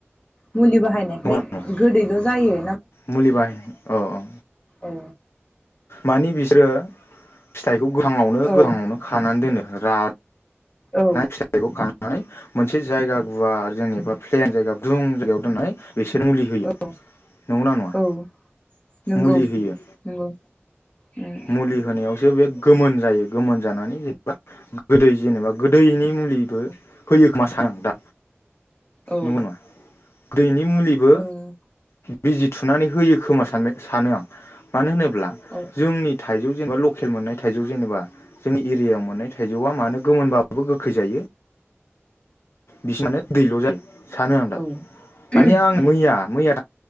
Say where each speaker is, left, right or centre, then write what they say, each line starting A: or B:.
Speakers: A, on the left; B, on the left.
A: मुलि बाहायनायखाय
B: नङा
A: गोदैल' जायो।
B: मुलि बाहायनाय औ औ।
A: ए।
B: मानि बिसोरो फिथाइखौ गोथाङावनो
A: औ
B: गोथाङावनो खानानै दोनो राथ
A: औ
B: नाय फिथायखौ खा नानै मोनसे जायगा गुवार जेनेबा प्लेन जायगा दुं जायगायाव दोननानै बेसोर मुलि होयो
A: औ
B: नंगौना नङा
A: औ नंगौ
B: मुलि होयो
A: नंगौ उम
B: मुलि होनायाव सो गोमोन जायो गोमोन जानानै जेनेबा गोदै जेनेबा गोदैनि मुलिबो होयो खोमा सानो आं दा
A: औ ओ
B: नंगौ नङा गोदैनि मुलिबो
A: औ
B: बिजि थुनानै होयो खोमा सानबाय सानो आं मानो होनो ब्ला
A: औ
B: जोंनि था थाइजौ जेनेबा लकेल मोननाय थाइजौ जेनेबा जोंनि एरियायाव मोननाय थाइजौआ मानो गोमोनबाबो गोखै जायो बिसिना मानो दैल' जायो सानो आं दा
A: उम
B: मानि आं
A: औ
B: मैया मैया